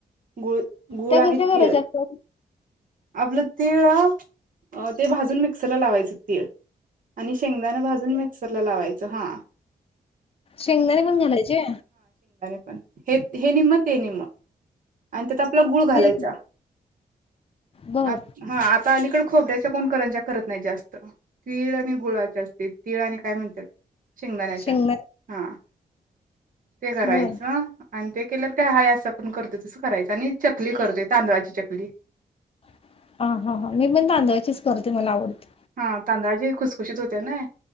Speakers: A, on the right; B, on the left.
A: गुळ गुळ
B: त्या
A: आणि
B: कशा
A: तीळ
B: करायच्या असतात
A: आपलं तीळ अ ते भाजून मिक्सरला लावायचें तीळ आणि शेंगदाणा भाजून मिक्सर लावायच ज हां
B: शेंगदाारी पण घालायचे
A: पन हे हे निम्म, ते निम्म आणि त्याचा आपला गुळ घालायचा.
B: ते बर
A: आ हा आता अलीकडे खोबरे च्या कोण करंज्या करत नाही जास् त, तीळ आणि गुळाचे असते तीळ आणि काय म्हणतात शेंगदाण्याच्या
B: शेंगदा
A: हा ते करायचं
B: बर
A: आणि ते केल्यावर काय हा असं आपण करतोय तसं करायचं आणि चकली करतोय तांदळाची चकली.
B: आ हा हा हा मी पण तांदळाचीस सकरते मला आवडते.
A: हा तांदळाजी खुसखुशीत होते ना.